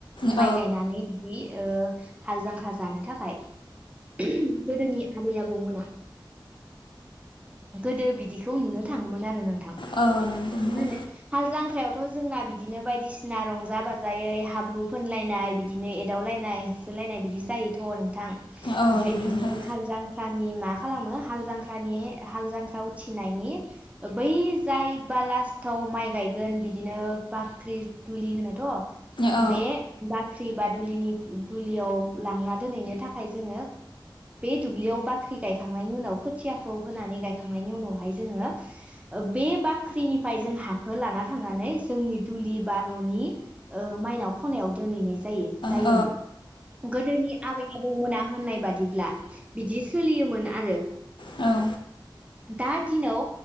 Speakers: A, on the left; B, on the right.
A: औ
B: माइ गायनानै बिदि ओ हाल जांख्रा जानो थाखाय खाय <unintelligible> गोदोनि आबै आबौमोन <inaudible> गोदो बिदिखौ नुनो थाङोमोन आरो ना <unintelligible>
A: औ नंगौ नोंथां
B: मा होनो हाल जांख्रायावथ' जोंना बिदिनो बायदिसिना रंजा बाजायै हाब्रु फोनलायनाय बिदिनो एदावलायनाय होसोलायनाय बिदि जायोथ' नों थां
A: औ
B: ओमफ्राय
A: नंगौ
B: बिदिनो
A: नोंथां
B: हालजांख्रा नि मा खालामो हाल जांख्रानि हाल जांख्रा उथिनायनि बै जाय बा लास्टआव माइ गायगोन बिदिनो बाख्रि दुलि होनोथ'
A: औ
B: बे बाख ख्रि बा दुलिनि दुलियाव लांना दोनहैनो थाखाय जोङो बे दुब्लियाव बाख्रि गायखांनायनि उनाव खोथियाखौ होनानै गायखांनायनि उनावहाय जोङो ओ बे बाख्रिनिफ्राय जों हाखौ लाना थांनानै जोंनि दुलि बा न'नि ओ माइनाव खनायाव दोनहैनाय जा जायो जायोमोन
A: औ
B: गोदोनि आबै गुबुना होननाय बादिब्ला बिदि सोलियोमोन आरो
A: औ
B: दा दिनाव